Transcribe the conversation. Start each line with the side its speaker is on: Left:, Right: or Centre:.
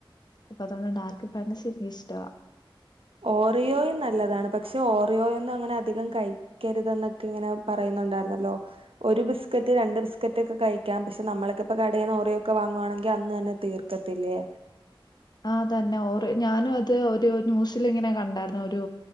Left: അപ്പൊ അതുകൊണ്ട് ഡാർക്ക് ഫാന്റസി എനിക്കിഷ്ടവാ
Right: ഓറിയോയും നല്ലതാണ് പക്ഷെ ഓറിയോയൊന്നും അങ്ങനെ അധികം കഴിക്കരുതന്നെക്കെ ഇങ്ങനെ പറയുന്നുണ്ടായിരുന്നല്ലോ ഒരു ബിസ്ക്കറ്റ് രണ്ട് ബിസ്കറ്റ് ഒക്കെ കഴിക്കാം പക്ഷെ നമ്മൾക്കിപ്പ കടേന്ന് ഓറിയൊക്കെ വാങ്ങുവാണെങ്കിൽ അന്ന് തന്നെ തീർക്കത്തില്ലേ.
Left: ആ തന്നെ ഓറി ഞാനും അത് ഒരു ന്യൂസിൽ ഇങ്ങനെ കണ്ടായിരുന്നു ഒരു